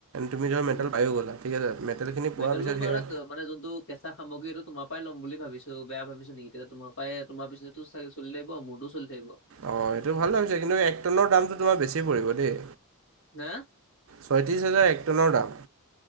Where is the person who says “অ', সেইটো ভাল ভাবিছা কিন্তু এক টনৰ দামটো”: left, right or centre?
Right